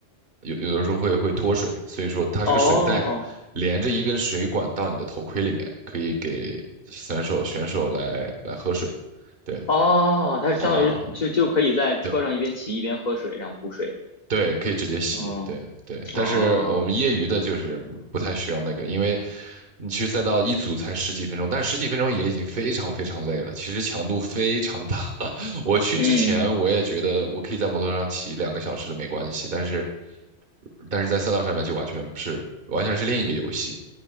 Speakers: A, on the right; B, on the left.
A: 有有的时候会会脱水，所以说它是个水袋，
B: 哦
A: 连着一根水管到你的头盔里面，可以给选手选手来来喝水对
B: 哦，它是相当于就就可以在车上一边骑一边喝水，
A: 啊，对。
B: 然后补水。
A: 对，可以直接吸，
B: 嗯
A: 对对。但是我们业余的就是不太需要那个，
B: 哦
A: 因为你去赛道一组才十几分钟，但十几分钟也已经非常非常累了，其实强度非常大。<laughs> 我去之前我也觉得我可以在摩托上骑两个小时的没关系，
B: 嗯
A: 但是但是在赛道上面就完全是完全是另一个游戏。